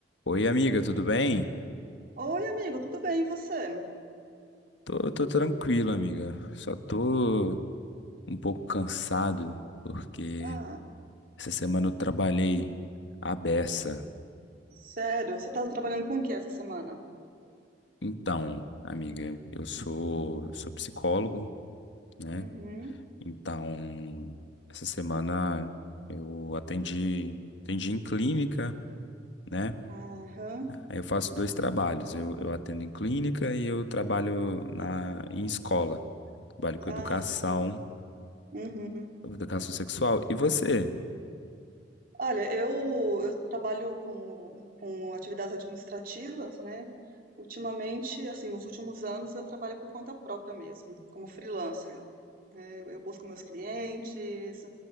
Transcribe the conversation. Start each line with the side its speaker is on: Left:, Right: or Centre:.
Left: Oi, amiga, tudo bem?
Right: Oi, amigo, tudo bem, e você?
Left: Tô, tô tranquilo, amiga. Só tô um pouco cansado porque
Right: Ah,
Left: essa semana eu trabalhei à beça.
Right: sério, você tá trabalhando com o que essa semana?
Left: Então, amiga, eu sou, eu sou psicólogo, né?
Right: Uhum.
Left: Então, essa semana eu atendi, atendi em clínica, né?
Right: Aham.
Left: Aí eu faço dois trabalhos. Eu, eu atendo em clínica e eu trabalho na, em escola. Trabalho com
Right: Ah,
Left: educação.
Right: sim. Uhum.
Left: Educação sexual. E você?
Right: Olha, eu, eu trabalho como, com atividades administrativas, né? Ultimamente, assim, nos últimos anos, eu trabalho por conta própria mesmo, como freelancer. Eu, eu busco meus clientes,